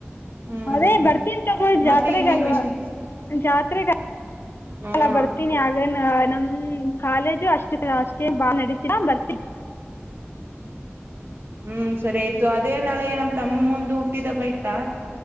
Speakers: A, on the right (about 55°); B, on the left (about 55°).
A: ಹ್ಮ್
B: ಮದೆ ಬರ್ತೀನ್ಿ ತಗೊ
A: ಮತ್ತೆ
B: ಜಾತ್ರೆಗಲ್ವಾ
A: ಇನ್ನೇನ್ ವಿಷಯ
B: ಜಾತ್ರೆಗ
A: ಹ್ಮ್
B: ಎಲ್ಲ ಬರ್ತೀನಿ ಆಗ ಆ ನಮ ಕಾಲೇಜು ಅಷ್ಟ ಅಷ್ಟೇ ಬಾ ನಡತ ಬರ್ತಿ
A: ಹ್ಮ್ ಸರಿ ಆಯ್ತು ಅದೇ ನಾಳೆ ನಮ ತಮ್ಮಂದು ಹುಟ್ಟಿದಬ್ಬ ಆಯ್ತಾ